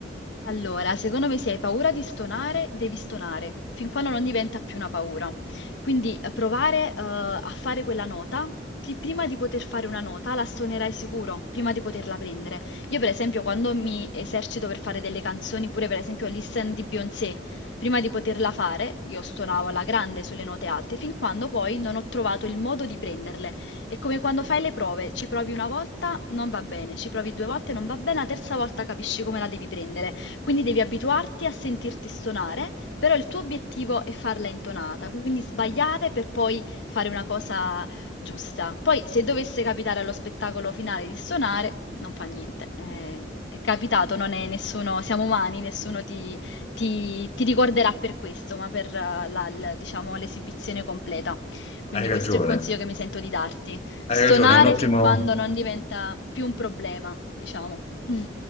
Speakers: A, on the left; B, on the left.
A: Allora, secondo me se hai paura di stonare, devi stonare, fin quando non diventa più una paura. Quindi eh, provare, eh, a fare quella nota, chi- prima di poter fare una nota la stonerai sicuro, prima di poterla prendere. Io per esempio quando mi esercito per fare delle canzoni, pure per esempio Listen di Beyoncé, prima di poterla fare, io stonavo alla grande sulle note alte, fin quando poi non ho trovato il modo di prenderle. È come quando fai le prove, ci provi una volta, non va bene, ci provi due volte, non va bene, la terza volta capisci come la devi prendere. Quindi devi abituarti a sentirti stonare, però il tuo obiettivo è farla intonata, quindi sbagliare per poi fare una cosa giusta. Poi se dovesse capitare allo spettacolo finale di stonare, non fa niente. eh, è capitato, non è nessuno, siamo umani, nessuno ti, ti- ti ricorderà per questo, ma per eh, la- la- diciamo, l'esibizione completa. Quindi
B: Hai ragione,
A: questo è il consiglio che mi sento di darti.
B: hai
A: Stonare
B: ragione, è un ottimo...
A: fin quando non diventa più un problema, diciamo. <laughs>